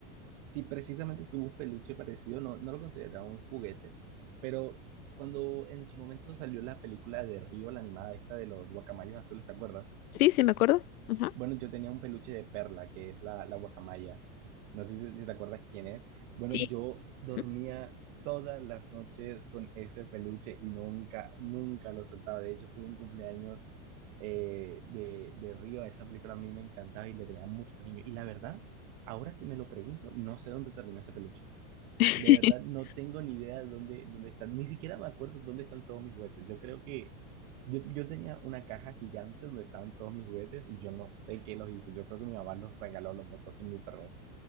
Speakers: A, on the right (about 60°); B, on the left (about 80°).
A: Si precisamente tuvo un peluche parecido, no, no lo consideraba un juguete, pero cuando en su momento salió la película de Río, la animada esta de los guacamayos azules, ¿te acuerdas?
B: Sí, sí, me acuerdo. Ajá.
A: Bueno, yo tenía un peluche de Perla, que es la, la guacamaya. No sé si, si te acuerdas quién es. Bueno,
B: Sí.
A: yo dormía
B: Ujú.
A: todas las noches con ese peluche y nunca, nunca lo soltaba. De hecho, tuve un cumpleaños eh, de, de Río. Esa película a mí me encantaba y le tenía mucho cariño. Y la verdad, ahora que me lo pregunto, no sé dónde terminó ese peluche.
B: <laughs>
A: De verdad, no tengo ni idea de dónde, dónde están. Ni siquiera me acuerdo dónde están todos mis juguetes. Yo creo que yo, yo tenía una caja gigante donde estaban todos mis juguetes y yo no sé qué los hizo. Yo creo que mi mamá los regaló, los botó sin mi permiso.